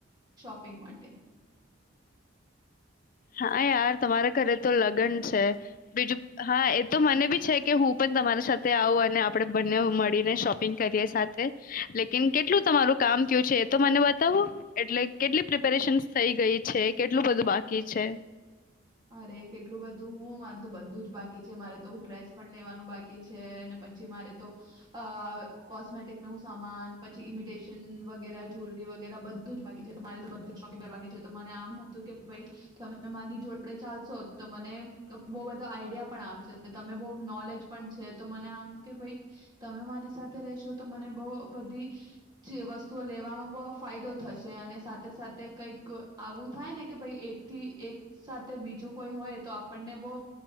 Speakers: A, on the right; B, on the left.
A: શોપિંગ માટે.
B: હા યાર તમારા ઘરે તો લગન છે બીજું હા એ તો મને બી છે કે હું પણ તમારી સાથે આવું અને આપડે બંને મડી ને શોપિંગ કરીએ સાથે લેકિન કેટલું તમારું કામ થયું છે એ તો મને બતાવો એટલે કેટલી પ્રિપેરેશનસ થઈ ગઈ છે કેટલું બધું બા કી છે.
A: અરે કેટલું બધું હું મારે તો બધું જ બાકી છે મારે તો ડ્રેસ પણ લેવાનું બાક કી છે અને પછી મારે તો અ કોસ્મેટિક નું સામાન પછી ઇમિટેશન વગેરા જુલરી વગેરા બધું જ બાકી છે તો બધ શોપિંગ કરવા ની છે તો મને આમ હતું કે ભઈ તમે મારી જોડ આપડે ચાલશો તો મને બહ બધો આઈડિયા પણ આવશે તમે બહ નોલેજ પણ છે તો મને આમ કે ભઈ તમે મારી સાથે રેશો તો મને બઉ બધી <unintelligible> વસ્તુઓ લેવામાં બવ ફાયદો થશે અને સાથે સાથે કઈક આવું થાય ને કે ભાઈ એકથી એક સા બીજું કોઈ હોય તો આપણને બઉ